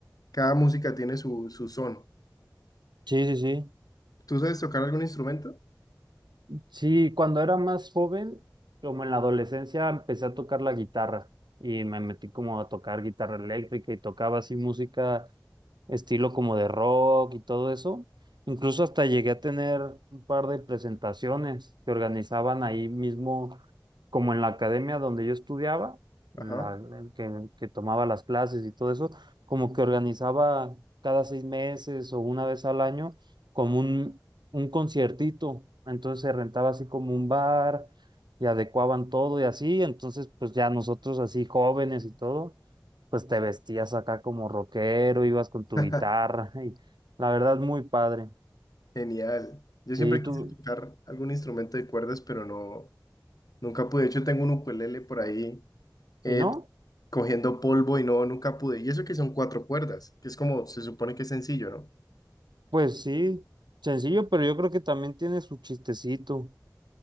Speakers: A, on the left; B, on the right.
A: cada música tiene su, su son.
B: sí, sí, sí. Sí,
A: ¿Tú sabes tocar algún instrumento?
B: Sí, cuando era más joven, como en la adolescencia, empecé a tocar la guitarra y me metí como a tocar guitarra eléctrica y tocaba así música estilo como de rock y todo eso. Incluso hasta llegué a tener un par de presentaciones que organizaban ahí mismo, como en la academia donde yo estudiaba, la,
A: Ajá.
B: que, que tomaba las clases y todo eso, como que organizaba cada seis meses o una vez al año como un un conciertito, entonces se rentaba así como un bar y adecuaban todo y así, entonces pues ya nosotros así jóvenes y todo, pues te vestías acá como rockero, ibas con tu
A: <laughs>
B: guitarra y la verdad muy padre.
A: Genial. Yo
B: Sí,
A: siempre
B: tú,
A: quise tocar algún instrumento de cuerdas, pero no, nunca pude. De hecho, tengo un ukulele por ahí eh,
B: y no,
A: cogiendo polvo y no, nunca pude. Y eso que son cuatro cuerdas, que es como, se supone que es sencillo, ¿no?
B: pues sí, sencillo, pero yo creo que también tiene su chistecito.